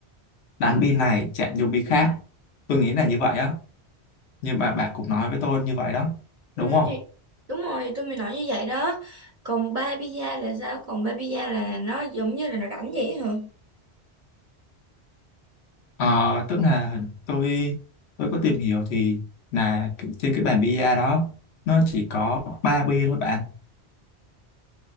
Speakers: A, on the left; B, on the right.
A: đánh bi này chạm vô bi khác tôi nghĩ là như vậy á nhưng mà bạn cũng nói với tôi như vậy đó
B: Ừ,
A: đúng không
B: thì đúng rồi tôi mới nói như vậy đó còn ba pizza là sao còn ba pizza là nó giống như là nó đánh vậy hả
A: Ờ, tức là tôi tôi có tìm hiểu thì là cái- trên cái bàn bia đó nó chỉ có ba bi thôi bạn